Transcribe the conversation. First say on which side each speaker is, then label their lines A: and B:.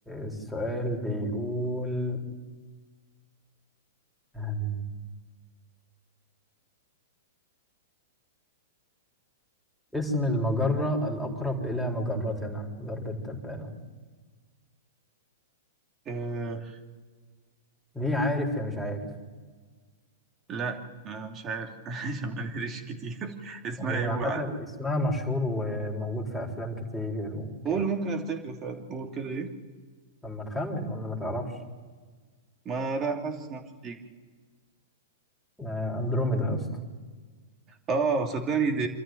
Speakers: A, in the centre; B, on the right (about 25°).
A: السؤال بيقول آم، اسم المجرة الأقرب إلى مجرتنا درب التبانة
B: آه،
A: دي عارف يا مش عارف
B: لا آه، مش عارف <laughs> عشان ما نهريش كتير <laughs> اسمها
A: هي
B: ايه
A: عامة
B: هو عارف.
A: اسمها مشهور وموجود في أفلام كتير وكده
B: قول ممكن افتكره فعلا قول كده ايه
A: لما تخمن ولا ما تعرفش
B: ما لا حاسس انها مش هتيجي
A: آه، أندروميدا يا اسطى
B: اه صدقني دي